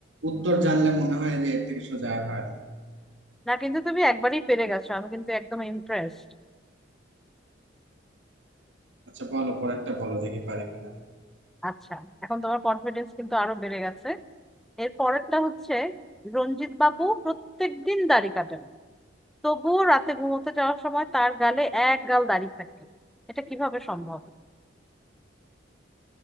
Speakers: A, on the right; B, in the centre.
A: উত্তর জানলে মনে হয় যে এর থেকে সোজা আর হয় না
B: না কিন্তু তুমি একবারই পেরে গেছো আমি কিন্তু একদম ইমপ্রেসড
A: আচ্ছা বলো পরেরটা বলো দেখি পারি কিনা
B: আচ্ছা এখন তোমার কনফিডেন্স কিন্তু আরো বেড়ে গেছে এর পরেরটা হচ্ছে রঞ্জিত বাবু প্রত্যেকদিন দাড়ি কাটেন তবুও রাতে ঘুমোতে যাওয়ার সময় তার গালে এক গাল দাড়ি থাকে এটা কিভাবে সম্ভব